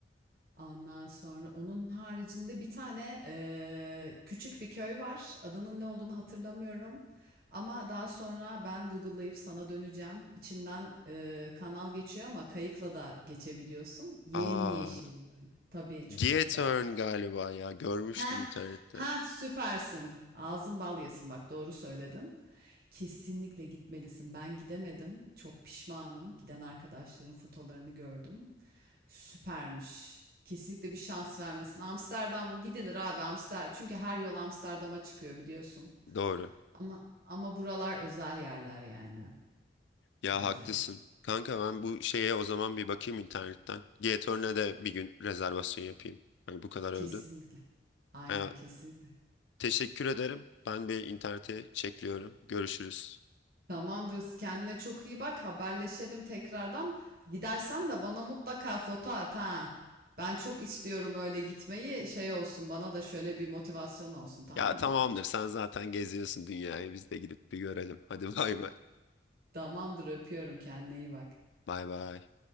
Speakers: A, on the right (about 55°); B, on the left (about 85°).
A: Ondan sonra onun haricinde bir tane eee, küçük bir köy var. Adının ne olduğunu hatırlamıyorum. Ama daha sonra ben Google'layıp sana döneceğim. İçinden eee, kanal geçiyor ama kayıkla da geçebiliyorsun. Yemyeşil
B: Aa,
A: böyle. Tabii çok
B: Giethoorn
A: güzel.
B: galiba ya. Görmüştüm
A: Ha,
B: internette.
A: ha süpersin. Ağzın bal yesin bak doğru söyledin. Kesinlikle gitmelisin. Ben gidemedim. Çok pişmanım. Giden arkadaşların fotolarını gördüm. Süpermiş. Kesinlikle bir şans vermesin. Amsterdam gidilir abi Amsterdam. Çünkü her yol Amsterdam'a çıkıyor biliyorsun.
B: Doğru.
A: Ama ama buralar özel yerler yani
B: Ya
A: bence.
B: haklısın. Kanka ben bu şeye o zaman bir bakayım internetten. G-Torne'e de bir gün rezervasyon yapayım. Hani bu kadar övdün.
A: Kesinlikle. Aynen
B: Ha,
A: kesinlikle.
B: teşekkür ederim. Ben bir internete çekliyorum. Görüşürüz.
A: Tamamdır. Kendine çok iyi bak. Haberleşelim tekrardan. Gidersen de bana mutlaka foto at ha. Ben çok istiyorum öyle gitmeyi. Şey olsun bana da şöyle bir motivasyon olsun tamam
B: Ya
A: mı?
B: tamamdır sen zaten geziyorsun dünyayı. Biz de gidip bir görelim. Hadi bay bay.
A: Tamamdır öpüyorum kendine iyi bak.
B: Bay bay.